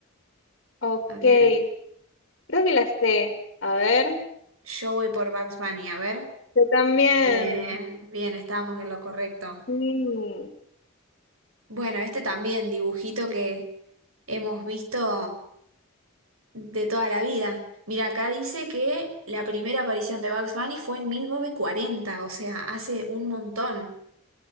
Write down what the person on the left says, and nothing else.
Ok,
creo que la sé. A ver.
Yo también.
Sí.